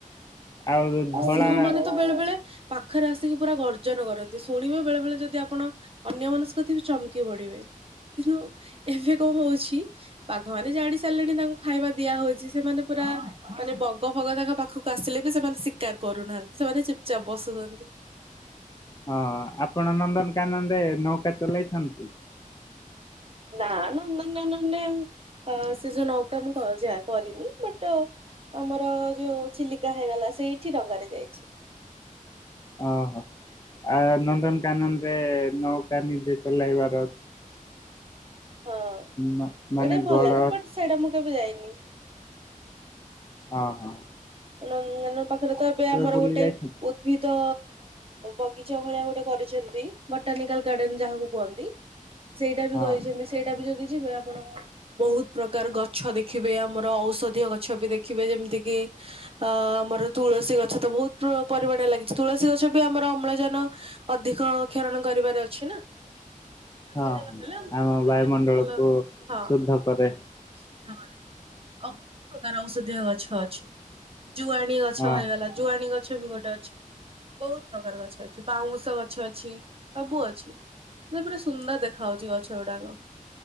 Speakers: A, on the left (about 25°); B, on the right (about 40°).
A: ଆଉ
B: ସିଂହ
A: ଧଳା
B: ମାନେ ତ ବେଳେ ବେଳେ ପାଖରେ ଆସିକି ପୁରା ଗର୍ଜନ କରନ୍ତି ଶୁଣିବେ ବେଳେ ବେଳେ ଯଦି ଆପଣ? ଅନ୍ୟ ଅନ୍ୟମନସ୍କ ଥିବେ ଚମକି ପଢିବେ। କିନ୍ତୁ ଏବେ କଣ ହଉଛି ବାଘ ମାନେ ଜାଣି ସାରିଲେଣି ତାଙ୍କୁ ଖାଇବା ଦିଆ ହଉଛି। ସେମାନେ ପୁରା ମାନେ ବଗ ଫଗ ତାଙ୍କ ପାଖକୁ ଆସିଲେ ବି ସେମାନେ ଶ ସିକାର କରୁନାହାନ୍ତି ସେମାନେ ଚୁପଚାପ୍ ବସୁଛନ୍ତି।
A: ହଁ ଆପଣ ନନ୍ଦନକାନନରେ ନୌକା ଚଲେଇଛନ୍ତି।
B: ନା ନନ୍ଦନ କାନନ ରେ ସେ ଯୋଉ ନୌକା ମୁଁ ଯାହା କରିନି ବଟ ଆମର ଯୋଉ ଚିଲିକା ହେଇଗଲା ସେଇଠି ଡଙ୍ଗାରେ ଯାଇଛି।
A: ଓହୋ ଆ ନନ୍ଦନକାନନ ରେ ନୌକା ନିଜେ ଚଲେଇବାର
B: ହଁ ସେଇଟା
A: ମା ମାନେ
B: ବି ଭଲ
A: ଗଡ
B: ଲାଗେ ବଟ ସେଇଟା ମୁଁ କେବେ ଯାଇନି।
A: ଓହୋ।
B: ନନ୍ଦନକାନନ ପାଖରେ ତ ଏବେ ଆମର
A: ବୁଲି
B: ଗୋଟେ
A: ଯାଇଛନ୍ତି?
B: ଉଦ୍ଭିଦ ବଗିଚା ଭଳିଆ ଗୋଟେ କରିଛନ୍ତି ବଟାନିକାଲ ଗାର୍ଡେନ ଯାହାକୁ କୁହନ୍ତି। ସେଇଟା ବି
A: ହଁ
B: କରିଛନ୍ତି ସେଇଟା ବି ଯଦି ଯିବେ ଆପଣ ବହୁତ ପ୍ରକାର ଗଛ ଦେଖିବେ ଆମର ଔଷଧୀୟ ଗଛ ବି ଦେଖିବେ ଯେମିତି କିି ଅ ଆମର ତୁଳସୀ ଗଛ ତ ବହୁତ ପରିମାଣ ଲାଗିଛି ତୁଳସୀ ଗଛ ବି ଆମର ଅମ୍ଳଜାନ ଅଧିକ କ୍ଷରଣ କରିବାର ଅଛି ନା। ତା
A: ହଁ
B: ସଇଡ ଲଗିଲ
A: ହଁ।
B: ଆମର
A: ଆମ
B: ଅମ୍ଳଜାନ
A: ବାୟୁମଣ୍ଡଳକୁ
B: ବି ଭଲ ହଁ।
A: ଶୁଦ୍ଧ କରେ
B: ବହୁତ ପ୍ରକାର ଔଷଧିୀୟ ଗଛ ଅଛି। ଜୁଆଣ ଗଛ
A: ହଁ
B: ହେଇଗଲା ଜୁଆଣ ଗଛ ବି ଗୋଟେ ଅଛି। ବହୁତ ପ୍ରକାର ଗଛ ଅଛି ବାଉଁଶ ଗଛ ଅଛି ସବୁ ଅଛି। ପୁରା ସୁନ୍ଦର ଦେଖା ହାଉଛି ଗଛ ଗୁଡାକ